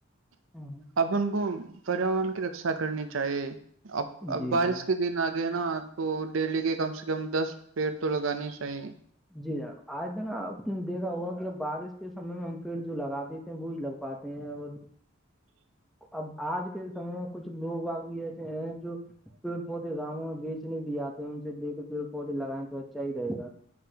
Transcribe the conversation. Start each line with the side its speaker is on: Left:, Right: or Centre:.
Centre: ہاں،
Right: اپن کو پریاورن کی رکشا کرنی چاہیے اب ا
Centre: جی
Right: بارش
Centre: جناب
Right: کے دن آ ل نا تو ڈیلی کے کم سے کم دس پیڑ تو لگانے ہی چاہیے
Centre: جی جنا آج ج نا نے دیکھا ہوگا کہ بارش کے سے میں ہم پیڑ جو لگا دیتے ہیں وہی لگ پاتے ہیں اور اب آج کے سمے میں کچھ لوگ واگ بھی ایسے ہیں جو پیڑ پودے گاؤوں میں بیچنے بھی آتے ہیں ان سے لے کے پیڑ پودے لگائیں تو اچھا ہی رہے گا